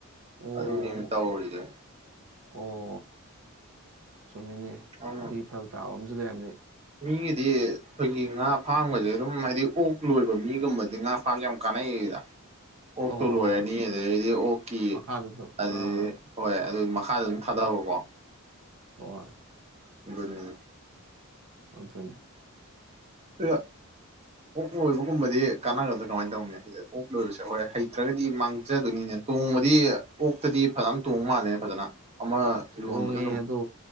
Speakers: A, on the right; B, on the right.
A: ꯑꯣ
B: ꯑꯗꯨ ꯅꯦ ꯇꯧꯔꯤꯖꯤ
A: ꯑꯣ ꯆꯨꯝꯃꯤꯅꯦ
B: ꯑꯗꯨꯅ
A: ꯑꯗꯨꯒꯤ ꯐꯔꯛ ꯇꯥꯕ ꯑꯃꯁꯨ ꯂꯩꯔꯝꯅꯤ
B: ꯃꯤꯒꯤꯗꯤ ꯑꯩꯈꯣꯏꯒꯤ ꯉꯥ ꯐꯥꯝꯒꯁꯦ ꯑꯗꯨꯝ ꯍꯥꯏꯗꯤ ꯑꯣꯛ ꯂꯣꯏꯕ ꯃꯤꯒꯨꯝꯕꯗꯤ ꯉꯥ ꯐꯥꯝꯁꯦ ꯌꯥꯝ ꯀꯥꯟꯅꯩ ꯗ ꯑꯣꯛꯇꯣ
A: ꯑꯣ
B: ꯂꯣꯏꯔꯅꯤ
A: ꯍꯣꯏ
B: ꯑꯗꯨꯗꯤ ꯑꯣꯛꯀꯤ
A: ꯃꯈꯥꯗꯁꯨ
B: ꯑꯗꯨꯗꯤ
A: ꯑꯥ
B: ꯍꯣꯏ ꯑꯗꯨ ꯊꯥꯗꯍꯕꯀꯣ
A: ꯍ
B: ꯒꯗꯅꯦ
A: ꯑꯗꯨꯅꯦ
B: ꯑꯗꯨꯒ ꯑꯣꯛ ꯂꯣꯏꯕꯒꯨꯝꯕꯗꯤ ꯀꯥꯟꯅꯒꯗ꯭ꯔꯥ ꯀꯃꯥꯏꯅ ꯇꯧꯅꯤ ꯁꯤ ꯑꯣꯛ ꯂꯣꯏꯕꯁꯦ ꯍꯈꯣꯏ ꯍꯩꯇ꯭ꯔꯒꯗꯤ ꯃꯥꯡꯖꯗꯣꯏꯅꯤꯅꯦ ꯇꯣꯡꯉ ꯣꯡꯕꯗꯤ ꯑꯣꯛꯇꯗꯤ ꯐꯖꯅ ꯇꯣꯡ ꯃꯥꯜꯂꯦ ꯐꯖꯅ ꯑꯃ
A: ꯑꯁ
B: ꯌꯣꯟꯕꯗ
A: ꯇꯣꯡꯉꯦ
B: ꯑꯗꯨꯝ
A: ꯑꯗꯣ